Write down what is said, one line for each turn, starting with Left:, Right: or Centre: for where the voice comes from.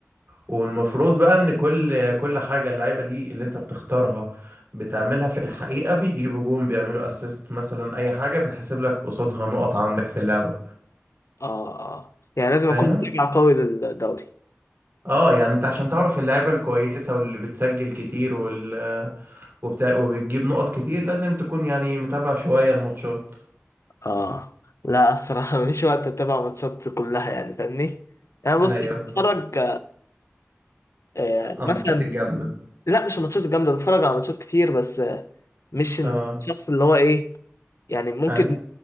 Right: والمفروض بقى ان كل كل حاجة اللعيبة دي اللي انت بتختارها بتعملها في الحقيقة بيجيبوا جون بيعملوا اسيست مثلا اي حاجة بتحسب لك قصادها نقط عندك في اللعبة
Left: اه اه يعني لازم
Right: فاهم؟
Left: اكون متابع قوي للدوري
Right: اه يعني انت عشان تعرف اللعيبة الكويسة واللي بتسجل كتير وال وبتا... وبتجيب نقط كتير لازم تكون يعني متابع شوية الماتشات
Left: اه لا الصراحة مفيش وقت اتابع ماتشات كلها يعني فاهمني يعني بص
Right: ايوه
Left: بتفرج آه، مثلا
Right: الماتشات الجامدة
Left: لا مش الماتشات الجامدة بتفرج على ماتشات كتير بس آه، مش الشخص
Right: اه
Left: اللي هو ايه يعني ممكن
Right: ايوه